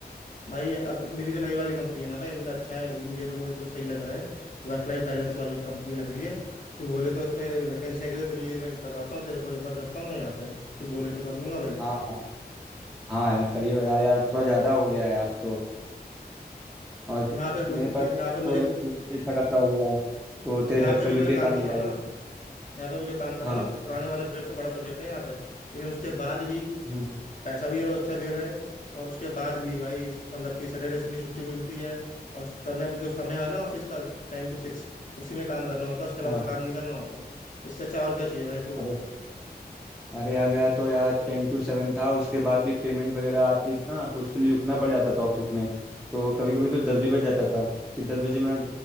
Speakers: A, on the left; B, in the centre.
A: भाई अब मेरी जो नई वाली कंपनी है ना भाई इनका अच्छा है इन ये लोग मुझे थोड़ा सही लग रहा है वर्क लाइफ बैलेंस वाली कंपनी लग रही है तू बोले तो उसमें वैकेंसी आएगी तो तेरे लिए मैं करवाता हूँ तेरे को रेफर करता हूँ मैं यहाँ पे तू बोले तो कर दूंगा भाई
B: हाँ हाँ हाँ यार करियो यार यार थोड़ा ज़्यादा हो गया है आप तो और
A: यहाँ पे कोई
B: मेरे
A: देख,
B: पास
A: यहाँ पे मुझे
B: तो अब एक्सपीरियंस भी अच्छा खासा हो गया है तो तेरे
A: यहाँ
B: रेफरल
A: पे जो
B: भी
A: मैं काम
B: बेकार
A: कर
B: नहीं
A: रहा
B: जाएगा
A: हूँ ना यहाँ पे मैं जो काम कर
B: हाँ
A: रहा हूँ ना पु- पुराने
B: हाँ
A: वाले प्रोजेक्ट से बड़ा प्रोजेक्ट है यहाँ पे लेकिन उसके बाद भी
B: हम्म,
A: पैसा भी ये लोग अच्छा दे रहे हैं और उसके बाद भी भाई इस- मतलब कि सैटरडे संडे छुट्टी मिलती है और समय पे जो समय है ना ऑफिस का टेन टू सिक्स उसी में काम करना होता है उसके अलावा
B: हाँ
A: काम नहीं करना होता इससे अच्छा और क्या चाहिए भाई तू बता
B: अरे अरे यार मेरा तो यार टेन टू सेवन था उसके बाद भी पेमेंट वगैरह आती थी ना तो उसके लिए रुकना पड़ जाता था ऑफिस में तो कभी कभी तो दस भी बज जाता था कि दस बजे मैं